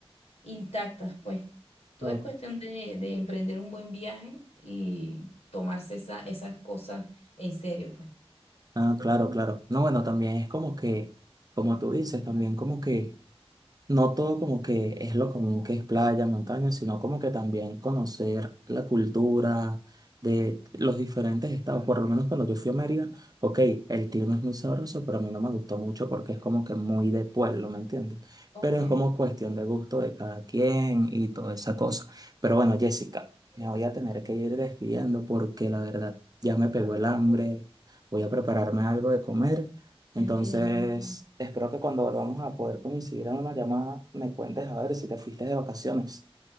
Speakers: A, on the left; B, on the right.
A: intactas, pues. Todo
B: Ah,
A: es cuestión de, de emprender un buen viaje y tomarse esa- esas cosas en serio, pues.
B: ah, claro, claro. No, bueno, también es como que, como tú dices, también como que no todo como que es lo común que es playa, montaña, sino como que también conocer la cultura de los diferentes estados. Por lo menos cuando yo fui a Mérida, ok, el clima es muy sabroso, pero a mí no me gustó mucho porque es como que muy de pueblo, ¿me entiendes?
A: Ok,
B: Pero es como cuestión de gusto de cada quien y toda esa cosa. Pero bueno, Jessica, me voy a tener que ir despidiendo porque la verdad ya me pegó el hambre. Voy a prepararme algo de comer. Entonces,
A: entiendo, entiendo.
B: espero que cuando volvamos a poder coincidir en una llamada, me cuentes a ver si te fuiste de vacaciones.